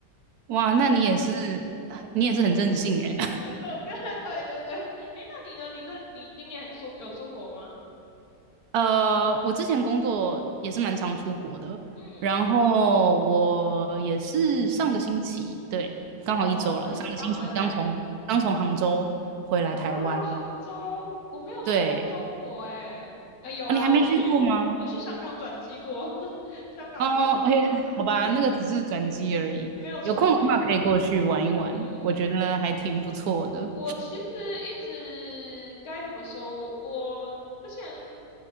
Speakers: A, on the right (about 70°); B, on the left (about 55°).
A: 哇，那你也是你也是很任性哎。
B: <laughs> 很乐观。<laughs> 对对对，哎，那你呢？你这你今年出有出国吗？
A: 呃，我之前工作也是蛮常出国的，
B: 嗯，
A: 然后我也是上个星期，对，刚好一周了，
B: 然后我刚刚回来。
A: 上个星期刚从刚从杭州回来台湾，
B: 啊，杭州，我没有去过中国哎、
A: 对，
B: 哎、有啦，
A: 啊，你还没去过吗？
B: 我去我去香港转机过，<laughs> 香港算吗？
A: 哦，o k 好吧，那个只是转机而已，
B: <laughs> 没有出境。
A: 有空的话可以过去玩一玩，
B: 嗯，
A: 我觉得还挺不错的。
B: 我其实一直该怎么说？我我之前